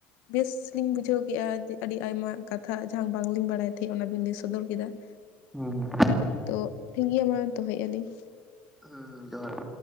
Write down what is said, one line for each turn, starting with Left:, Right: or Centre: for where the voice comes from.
Left: ᱵᱮᱥ ᱞᱤᱧ ᱵᱩᱡᱷᱟᱹᱣ ᱠᱮᱫᱼᱟᱮ ᱟᱹᱰᱤ ᱟᱭᱢᱟ ᱠᱟᱛᱷᱟ ᱡᱟᱦᱟᱸ ᱵᱟᱝᱞᱤᱧ ᱵᱟᱲᱟᱭ ᱛᱟᱦᱮᱸᱜ ᱚᱱᱟ ᱵᱤᱱ ᱞᱟᱹᱭ ᱥᱚᱫᱚᱨ ᱠᱮᱫᱟ᱾ <unintelligible>
Centre: ᱦᱩᱸᱦᱩᱸ
Left: ᱛᱚ ᱴᱷᱤᱠ ᱜᱮᱭᱟ ᱢᱟ ᱫᱚᱦᱚᱭᱮᱫᱼᱟ ᱞᱤᱧ᱾
Centre: ᱦᱩᱸ ᱡᱚᱦᱟᱨ ᱜᱮ